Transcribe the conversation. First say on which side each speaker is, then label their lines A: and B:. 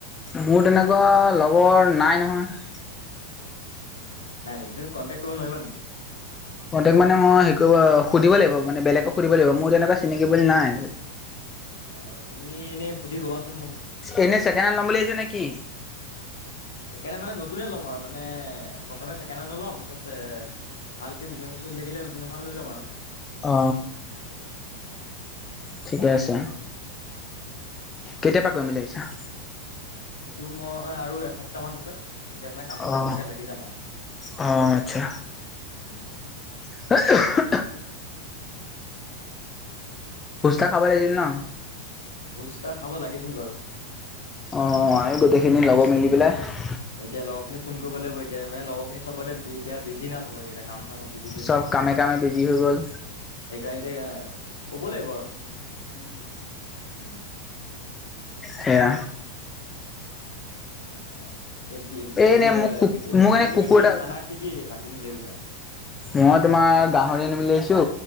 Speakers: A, on the left; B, on the left.
A: মোৰ তেনেকুৱা লগৰ নাই নহয়।
B: নাই নেকি? তুি কণ্টেক্ট কৰিব নোৱাৰিবা নেকি?
A: কণ্টেক্ট মানে মই সুধিব লাগিব, মানে বেলেক সুধিব লাগিব, মোৰ তেনেকুৱা চিনাকি নাই।
B: অ' তুমি এনে সুধি কবাচোন মোক।
A: এনে ছেকেণ্ড হেণ্ড ল'ম বুলি ভাবিছ নেকি?
B: ছেকেণ্ড মানে নতুনে ল'ম আৰু, মানে প্ৰথমে ছেকেণ্ড ল'ম তাৰাছ ভালকে বিজনেছ এ, চলি থাকিলে নতুন এখন লৈ ল'ম আৰু।
A: অ, ঠিকে আছে।
B: অ,
A: কেতিয়া পে কৰিম বুলি ভাবিছা।
B: সেইটো মই আৰু এসপ্তাহ মান পিছত। তেতিয়া মানে কামত
A: অ
B: মই ধুনাকে লাগি যাম আৰু
A: অ', আচ্ছা
B: উম,
A: <inaudible> ফুচকা খাব লাগিছিল
B: কি কও
A: ন?
B: ভোজ তাৰ খাব লাগিছিল বাৰু।
A: অ, এই গোটেইখিনি
B: এতিয়া
A: লগৰ মেলি পেলাই।
B: এতিয়া লগৰ খিনি ফোন কৰিব লাগিব এতিয়া মানে লগৰ খিনি চবতে বিত এতিয়া বিজি ন চাব এতিয়া কাম চামত বিজি হৈ
A: চব, কামে কামে বিজি। হৈ গ'ল।
B: সেইকাৰণ এতিয়া ক'ব লাগিব আৰু উম,
A: সেয়া'।
B: অ, এই ভোজ
A: এনে মোক কু মোক
B: ভোজত
A: এনে
B: তুমি
A: কুকুৰ
B: কি
A: এটা
B: খানা কি কি ৰাখিম ভাবিছা?
A: মই তোমাৰ গাহৰি আনিব বুলি ভাবিছো,